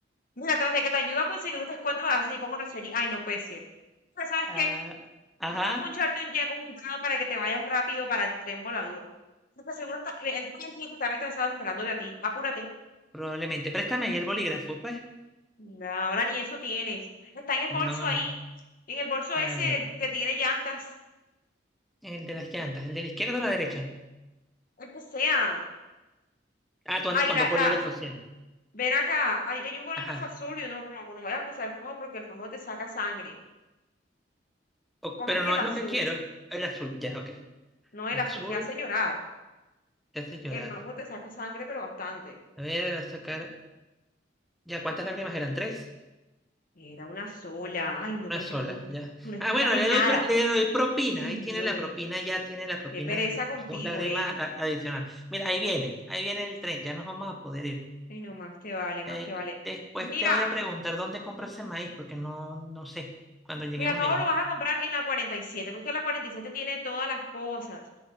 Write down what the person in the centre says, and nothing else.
Ah,
ajá,
probablemente. Préstame ahí el bolígrafo, pues.
No,
no.
A
ver,
el de las llantas, el de la izquierda o la derecha.
Ah, tú
andas con
dos bolígrafos
siempre.
Ajá.
O-
pero no
es lo
que quiero. El azul, ya, ok.
El
azul
te hace llorar.
A ver, voy a sacar. Ya, ¿cuántas lágrimas eran? ¿Tres?
Una
sola,
ya.
Ah, bueno,
le
doy, pro- le doy propina.
Ahí
tiene la propina, ya tiene la propina
de
dos lágrimas
a- adicional. Mira, ahí viene, ahí viene el tren, ya nos vamos a poder ir.
Eh,
y después
te voy a preguntar dónde compro ese maíz, porque no, no sé cuando lleguemos
allá.